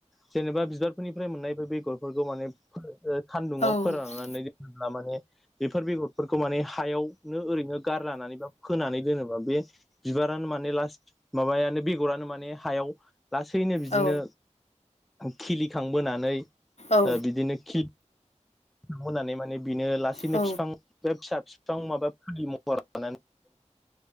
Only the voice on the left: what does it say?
औ
औ
औ
औ